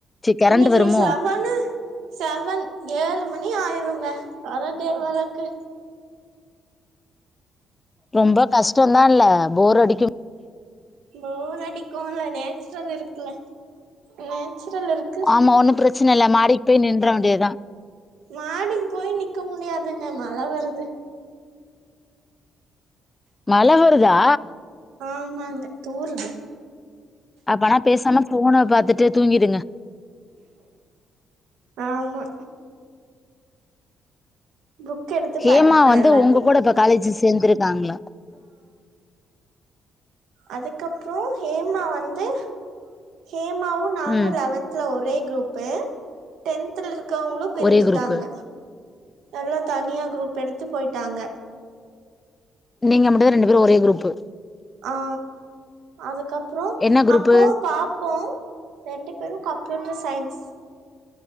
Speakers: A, on the left; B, on the right.
A: கரண்ட்
B: இன்னைக்கு
A: வருமோ
B: செவனு செவன் ஏழு மணி ஆயிருங்க கரண்டே வரக்கு
A: ரொம்ப கஷ்டம்தா இல்ல போர் அடிக்கு
B: போர் அடிக்கும்ல நேச்சுரல் இருக்குல நேச்சுரல் இருக்
A: ஆமா ஒண்ணு பிரச்சன இல்ல மாடிக்கு போய் நின்ற வேண்டியதா
B: மாடிக்கு போய் நிக்க முடியாதுங்க மழ வருது
A: மழ வருதா
B: ஆமாங்க தூருது
A: அப்பனா பேசாம போன பாத்துட்டு தூங்கிடுங்க
B: ஆமா புக் எடுத்து
A: ஹேமா
B: படிப்பே
A: வந்து
B: இல்லாட்டி
A: உங்க கூட இப்ப காலேஜ் சேர்ந்திருக்காங்ளா
B: அதுக்கு அப்றோ ஹேமா வந்து ஹேமாவு நானு
A: ம்
B: லெவன்துல ஒரே குரூப்பு டென்துல இருக்கவங்களும் பிரிஞ்சுட்டாங்க
A: ஒரே குரூப்பு
B: நல்லா தனியா குரூப் எடுத்து போயிடாங்க
A: நீங்க மட்டுதா ரெண்டு பேரும் ஒரே குரூப்பு
B: ஆ அதுக்கு அப்றோ
A: என்ன குரூப்பு
B: அப்பவு பாப்போ ரெண்டு பேரும் கம்பயூட்டர் சைன்ஸ்